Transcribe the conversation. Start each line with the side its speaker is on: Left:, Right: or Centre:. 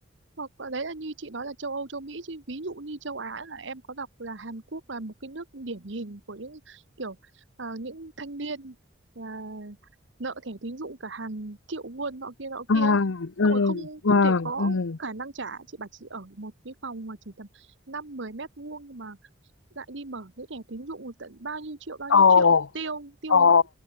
Right: hoặc là đấy là như chị nói là châu Âu châu Mỹ chứ ví dụ như châu Á là em có đọc là Hàn Quốc là một cái nước điển hình của những kiểu ờ, những thanh niên là nợ thẻ tín dụng cả hàng triệu won nọ kia nọ
Left: Ừm,
Right: kia ấy.
Left: ừm,
Right: xong rồi không
Left: ừm,
Right: không thể có
Left: ừm.
Right: khả năng trả chị bảo chị ở một cái phòng mà chỉ tầm năm mười mét vuông nhưng mà lại đi mở cái thẻ tín dụng tận bao nhiêu triệu bao nhiêu
Left: Ồ,
Right: triệu tiêu tiêu
Left: ồ.
Right: đến